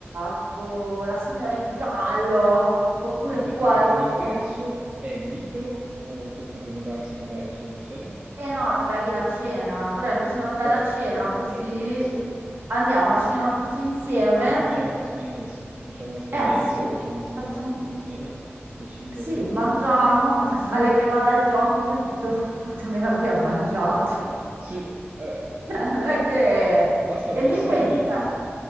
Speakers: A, on the right; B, on the right.
A: tipo La signora in giallo, oppure
B: ma che
A: Poirot.
B: spettacolo. L'ingresso è libero o tocca prenotarsi, pagare, eccetera, eccetera?
A: Eh no, ti paghi la cena, però invece di andare
B: Vabbè,
A: a cena così,
B: sciocchezza.
A: andiamo a cena tutti insieme.
B: E facciamo un'esperienza. Facciamo un'esperienza,
A: Eh sì,
B: facciamo un'esperienza
A: facciamo...
B: tutti insieme e ci divertiamo.
A: Sì, mangiamo, <laughs> male che vada il gioco, capito <laughs> quanto meno abbiamo mangiato.
B: Sì, eh,
A: <laughs> Cioè, non è che...
B: basta
A: E
B: non
A: lì
B: essere
A: puoi
B: le
A: invitare...
B: vittime.